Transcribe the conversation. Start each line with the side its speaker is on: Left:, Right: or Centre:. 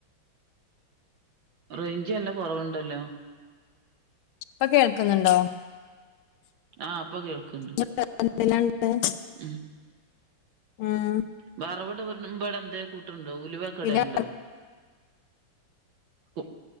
Right: റേഞ്ച് നല്ലാ കുറവുണ്ടല്ലോ.
Left: ഇപ്പൊ കേൾക്കുന്നുണ്ടോ?
Right: ആഹ് ഇപ്പൊ കേൾക്കുണ്ട്.
Left: <unintelligible> ഉണ്ടേ.
Right: ഉം
Left: ആഹ്
Right: വറവിടുമ്പോ എന്തേ കൂട്ടുണ്ടോ, ഉലുവ് ഒക്കെ
Left: പിന്നെ
Right: ഇടലുണ്ടോ? പ്പ്